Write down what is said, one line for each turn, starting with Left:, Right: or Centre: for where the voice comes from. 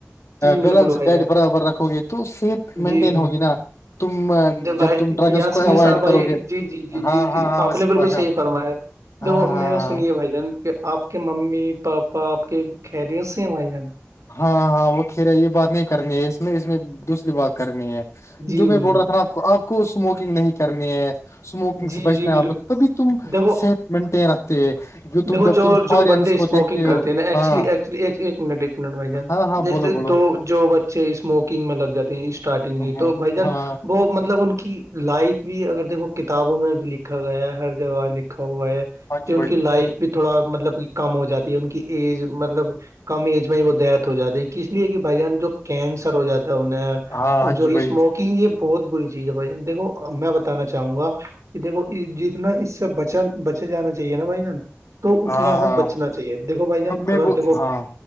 Right: جی بالکل
Left: بیلنس
Right: بھائی
Left: ڈائٹ
Right: جان
Left: برابر رکھو گے تو صحت
Right: جی
Left: مینٹین ہوگی نا تم
Right: جی بھائی
Left: جب تم ڈرگس
Right: یاسین
Left: کو اوائڈ
Right: نثار بھائی
Left: کرو گے
Right: جی جی جی
Left: ہاں
Right: جی
Left: ہاں
Right: جی
Left: ہاں
Right: آپ نے بالکل
Left: پاشا
Right: صحیح فرمایا
Left: ہاں
Right: دیکھو
Left: ہاں
Right: میرا
Left: ہاں
Right: سنیے بھائی جان کہ آپ کے ممی پاپا آپ کے خیریت سے ہیں بھای جان
Left: ہاں ہاں وہ خیر ہے یہ بات نہیں کرنی ہے اس میں اس میں دوسری بات کرنی ہے
Right: جی
Left: جو میں
Right: بالکل
Left: بول رہا تھا نا آپ کو آپ کو اسموکنگ نہیں کرنی ہے اسموکنگ
Right: جی
Left: سے بچنا
Right: جی
Left: ہے
Right: بالکل
Left: آپ کو تبھی تم
Right: دیکھو
Left: صحت مینٹین رکھتے ہیں تم
Right: دیکھو
Left: جب
Right: جو
Left: تم فورینس
Right: جو بندے اسموکنگ
Left: کو دیکھتے
Right: کرتے
Left: ہو
Right: ہیں نا ایکچولی
Left: ہاں
Right: ایکچلی ایک منٹ بھائی جان
Left: ہاں ہاں
Right: جیسے
Left: بولو بولو
Right: دو جو بچے اسموکنگ میں لگ جاتے ہیں اسٹارٹنگ سے
Left: ہاں
Right: تو بھائی جان
Left: ہاں
Right: وہ مطلب ان کی لائف بھی اگر دیکھو کتابوں میں بھی لکھا گیا ہے ہر جگہ لکھا ہوا ہے
Left: ہاں
Right: کہ
Left: جی
Right: ان
Left: بھائی
Right: کی لائف بھی تھوڑا مطلب کہ کم ہو جاتی ہے ان کی ایج مطلب کم ایج میں ہی وہ ڈیتھ ہو جاتی ہے ک اس لیے کہ بھائی جان جو کینسر ہو جاتا ہے انہیں
Left: ہاں ہاں
Right: جو
Left: جی بھائی
Right: اسموکنگ یہ بہت بری چیز ہے بھائی جان دیکھو میں بتانا چاہوں گا کہ دیکھو جتنا اس سے بچ بچے جانا چاہیے نا بھائی جان تو اتنا
Left: ہاں
Right: ہمیں
Left: ہاں
Right: بچنا چاہیے دیکھو بھائی جان
Left: اب میں
Right: اگر دیکھو
Left: ہاں